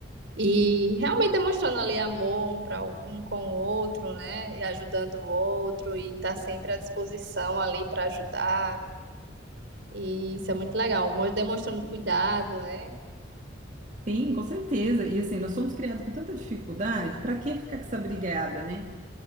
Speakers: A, on the right; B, on the right.
A: E realmente demonstrando ali amor um, para um com o outro, né? E ajudando o outro, e tá sempre à disposição ali para ajudar. E isso é muito legal, mo- demonstrando cuidado, né?
B: sim, com certeza. E assim, nós somos criados com tanta dificuldade, para que ficar com essa brigada, né?